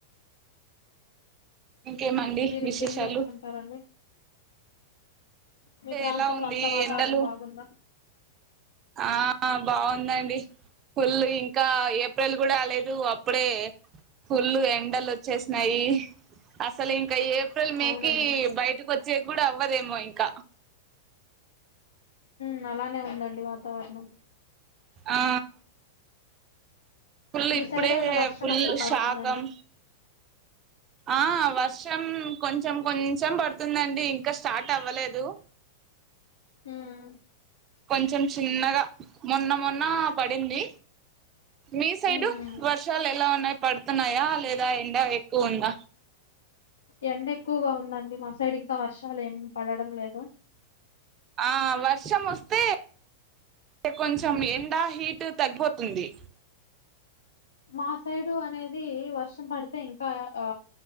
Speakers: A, on the right; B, on the left.
A: ఇంకేమండి
B: మీరు
A: విశేషాలు
B: ఇంకేం చేస్తుంటారండి మీ ప్రాంతంలో
A: ఎలా ఉంది
B: అంతా వాతావరణం
A: ఎండలు
B: బాగుంద
A: ఆ బావున్ అవునండి పల్లు ఇంకా ఏప్రిల్ కూడా రాలేదు అప్పుడే పల్లు ఎండలు వచ్చేసినాయి అసలు ఇంకా ఏ ఏప్రెల్ మే
B: అవునండి
A: కి బయటకు వచ్చే కూడ అవ్వదేమో ఇంక
B: మ్ అలానె ఉందండి వాతావరణం
A: ఆ ఫుల్
B: మీ
A: ఇప్పుడే
B: సైడ్ ఏమన్నా వర్షం
A: ఫుల్
B: అట్లా పడుతుందండి
A: షాకం ఆ వ చం కొంచెం కొంచెం పడుతుందండి ఇంకా స్టార్ట్ అవ్వలేదు
B: ఉయ్
A: కొంచెం చిన్నగ మొన్న మొన్న పడింది మీ సైడు
B: ఉమ్
A: వర్షాలు ఎలా ఉన్నాయి పడుతున్నాయా లేదా ఎండ ఎక్కువ ఉంద
B: ఎండ ఎక్కువగా ఉందండి మా సైడ్ ఇంక వర్షాలు ఏం పడడం లేదు
A: ఆ వర్షం వస్తే కొంచెం ఎండ హీట్ తగ్గిపోతుంది
B: మా సైడు అనేది వర్షం పడితె ఇంకా ఆ